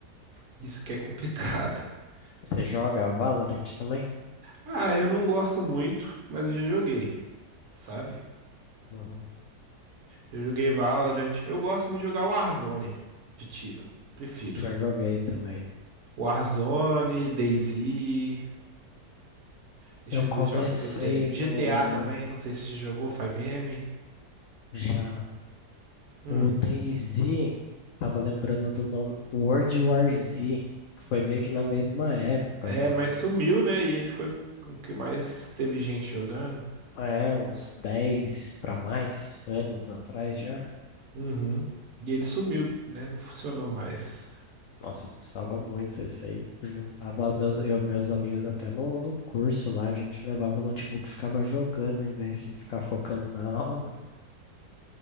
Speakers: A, on the right; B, on the left.
A: Isso que é complicado. <laughs>
B: Você joga Valorant também?
A: Ah, eu não gosto muito, mas eu já joguei, sabe?
B: Uhum.
A: Eu joguei Valorant. Eu gosto muito de jogar Warzone de tiro. Prefiro.
B: Já joguei também.
A: Warzone, DayZ. Deixa
B: Eu
A: eu
B: comecei
A: ver os jogos que eu tenho. GTA
B: no.
A: também, não sei se já jogou, 5M.
B: Já.
A: Hum.
B: O DayZ, tava lembrando do nome. World War Z, que foi meio que na mesma época,
A: É,
B: acho que
A: mas
B: uns.
A: sumiu, né? E ele foi o que mais teve gente jogando.
B: É, uns 10 para mais anos atrás já.
A: Uhum. E ele sumiu, né? Não funcionou mais.
B: Nossa, eu gostava muito isso aí. Juntava meus, eu, e meus amigos até no, no curso lá, a gente levava o notebook e ficava jogando em vez de ficar focando na <laughs> aula.